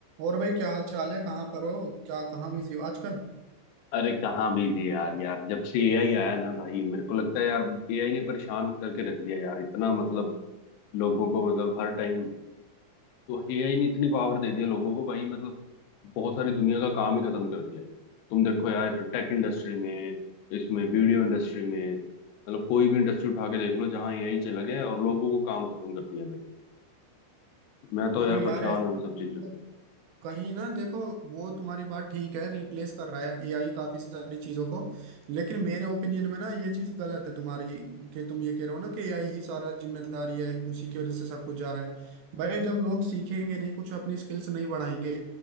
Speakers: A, on the right; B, on the left.
A: और भाई क्या हाल चाल है कहाँ पर हो क्या कहाँ बिजी हो आजकल
B: अरे कहाँ बिजी यार यार जब से एआई आया ना भाई मेरे को लगता है यार एआई ने परेशान करके रख दिया यार इतना मतलब लोगों को मतलब हर टाइम एआई ने इतनी पावर दे दिया लोगों को भाई मतलब बहुत सारी दुनिया का काम ही खत्म कर दिया तुम देखो यार टेक इंडस्ट्री में इसमें वीडियो इंडस्ट्री में मतलब कोई भी इंडस्ट्री उठा के देख लो जहाँ एआई चला गया और लोगों को काम खत्म कर दिया भाई मैं तो
A: नहीं
B: यार परेशान
A: यार ऐसे
B: हूँ इन
A: मतलब
B: सब चीजों से
A: कहीं ना देखो वो तुम्हारी बात ठीक है रिप्लेस कर रहा है एआई काफी सारी चीजों को लेकिन मेरे ओपिनियन में ना ये चीज गलत है तुम्हारी कि तुम ये कह रहे हो ना कि एआई ही सारा जिम्मेदारी है उसी की वजह से सब कुछ जा रहा है भाई जब लोग सीखेंगे नहीं कुछ अपनी स्किल्स नहीं बढ़ाएंगे